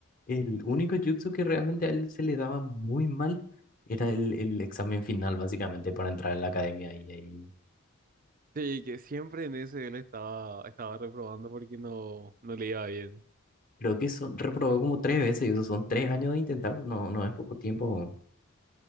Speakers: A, on the left; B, on the right.
A: el único jutsu que realmente a él se le daba muy mal era el, el examen final, básicamente, para entrar en la academia. Y ahí
B: sí, que siempre en ese él estaba, estaba reprobando porque no, no le iba bien.
A: creo que eso reprobó como tres veces, y eso son tres años de intentar, no, no es poco tiempo.